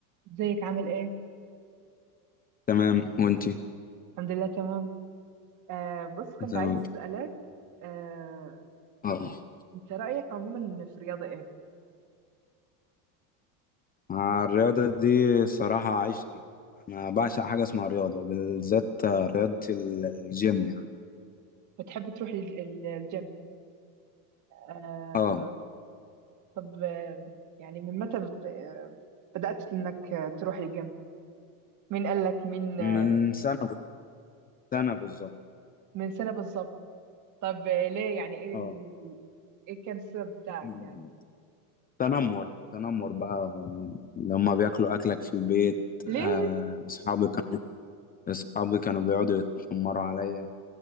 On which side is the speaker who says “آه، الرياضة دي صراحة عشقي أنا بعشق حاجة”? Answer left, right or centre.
Left